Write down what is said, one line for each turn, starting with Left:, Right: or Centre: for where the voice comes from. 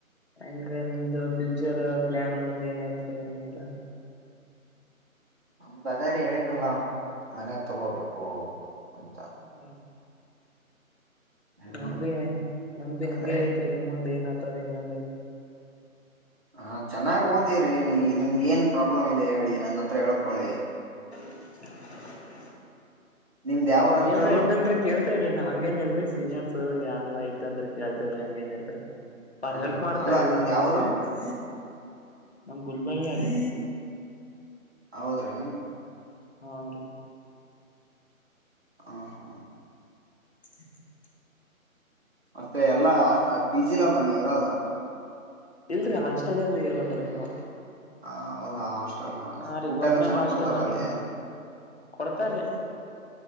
Left: ಹೆಂಗ ನೀಮ್ದ ಫ್ಯೂಚರ್ ಪ್ಲಾನ್ ಮುಂದೆ ಏನಾಯತ್ರಿ ಏನೆಲ್ಲಾ
Right: ನಮ್ದದಾರಿ ಹೇಳನಲ್ಲ ಮನೆ ತಗೋಬೇಕು ಅಂತ
Left: ಹ್ಮ
Right: ಹ್ಮ್
Left: ಮ್ಯಾಬಿ ನಮ್ದಿ
Right: ಅಂದ್ರೆ
Left: ಹಂಗಗೆ ಐತ್ರಿ ಮುಂದ್ ಏನತದ ಏನನ್ರಿ
Right: ಹ ಚೆನ್ನಾಗ್ ಓದಿರಿ ನೀ ನಿಮ್ಗೆ ಏನ್ ಪ್ರಾಬ್ಲಮ್ ಇದೆ ಹೇಳಿ ನನ್ನ ಹತ್ರ ಹೇಳ್ಕೊಳಿ
Left: <inaudible>
Right: ನಿಮ್ದ್ ಯಾವ್ರ ಅಂದ್ರಲ್ಲ
Left: ಏನಾದ್ರೂ ಇದ್ರೆ ಕೇಳ್ತೀನಿ ನಾ ಹಂಗೇನ್ ಇಲ್ರಿ ಸೀನಿಯರ್ಸ್ ಯಾರ ಇದ ಅಂದ್ರೆ ಕೇಳ್ತೇವ್ರೀ ಹಂಗೇಏನ್ಲ್ರಿ ಬಾಳ
Right: ಹ
Left: ಹೆಲ್ಪ್
Right: ಹಾ
Left: ಮಾಡ್ತಾರ
Right: ಅಲ್ಲಾ ನಿಮ್ದ್
Left: ನಮಗ್ಗೆ
Right: ಯಾವ್ರು
Left: ಸೀನಿಯರ್ಸ್ ನಮ್ ಗುಲ್ಬರ್ಗ ರೀ
Right: ಹೌದ್ರಿ
Left: ಹಾ ರೀ
Right: ಹ ಹಾ
Left: <unintelligible>
Right: ಮತ್ತೆ ಎಲ್ಲಾ ಪಿಜಿಲ್ ಅಲ್ವಾ ನೀವು ಇರೋದು
Left: ಇಲ್ರರಿ ಹಾಸ್ಟಲಿಯಲ್ಲಿ ಇರೋದ್ರಿ ನಾವು
Right: ಹ ಹೌದಾ ಅಷ್ಟ ಷ್ಟಲ್ಲ
Left: ಹಾ ರೀ
Right: ಊಟ
Left: ಗೌರ್ಮೆಂಟ್
Right: ಎಲ್ಲ ಚೆನ್ನಾಗ್
Left: ಹಾಸ್ಟೆಲ್
Right: ಕೊಡ್ತಾರ
Left: ನಲ್ಲಿ
Right: ಅಲ್ಲಿ
Left: ಇರೋದ್ರಿ ಕೊಡ್ತಾರೀ